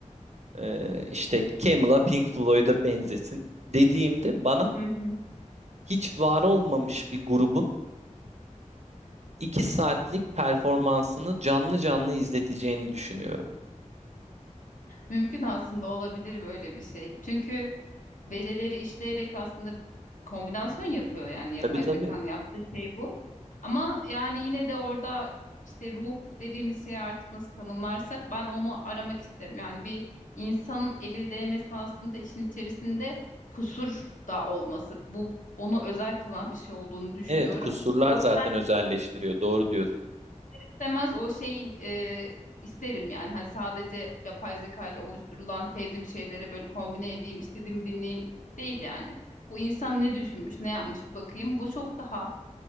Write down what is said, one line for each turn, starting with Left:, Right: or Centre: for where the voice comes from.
Right: Ee, işte Camel'a Pink Floyd'a benzesin dediğimde bana
Left: Hı hı.
Right: hiç var olmamış bir grubun 2 saatlik performansını canlı canlı izleteceğini düşünüyorum.
Left: Mümkün aslında olabilir böyle bir şey. Çünkü verileri işleyerek aslında kombinasyon yapıyor yani yapay
Right: Tabii tabii.
Left: zekanın yaptığı şey bu. Ama yani yine de orada işte ruh dediğimiz şeyi artık nasıl tanımlarsak ben onu aramak isterim. Yani bir insanın eli değmesi aslında işin içerisinde kusur da olması. Bu onu özel kılan bir şey olduğunu düşünüyorum.
Right: Evet, kusurlar
Left: O
Right: zaten
Left: yüzden
Right: özelleştiriyor. Doğru diyorsun.
Left: istemez o şeyi e, isterim yani. Hani sadece yapay zeka ile oluşturulan sevdiğim şeylere böyle kombine edeyim, istediğimi dinleyeyim değil yani. Bu insan ne düşünmüş, ne yapmış bir bakayım. Bu çok daha